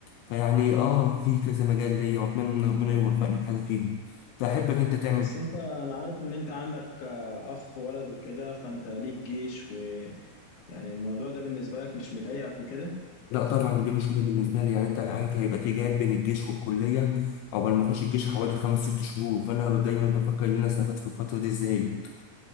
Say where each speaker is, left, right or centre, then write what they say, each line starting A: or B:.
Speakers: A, on the left (about 85°); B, on the left (about 55°).
A: فيعني اه في كذا مجال ليا واتمنى ان ربنا يوفقني في حاجه فيهم فاحبك انت تعمل
B: بس
A: كده.
B: انت انا عارف ان انت عندك آه، اخ ولد وكده فانت ليك جيش ويعني الموضوع ده بالنسبه لك مش مضايقك وكده
A: لا طبعا دي مشكله بالنسبه لي يعني انت عارف هيبقى في جاب بين الجيش والكليه عقبال ما اخش الجيش حوالي خمس ست شهور فانا دايما بفكر ان انا استفدت في الفتره دي ازاي